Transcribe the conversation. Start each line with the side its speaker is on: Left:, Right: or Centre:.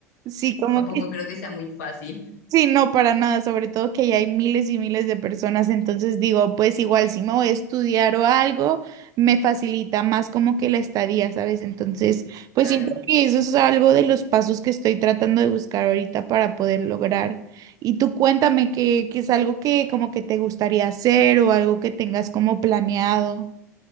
Right: sí, como
Left: Tampoco
Right: que
Left: creo que sea muy fácil,
Right: Sí, no, para nada, sobre todo que ya hay miles y miles de personas, entonces digo, pues igual si me voy a estudiar o algo, me facilita más como que la estadía, ¿sabes? Entonces, pues
Left: claro.
Right: siento que eso es algo de los pasos que estoy tratando de buscar ahorita para poder lograr. Y tú cuéntame que, que es algo que como que te gustaría hacer o algo que tengas como planeado.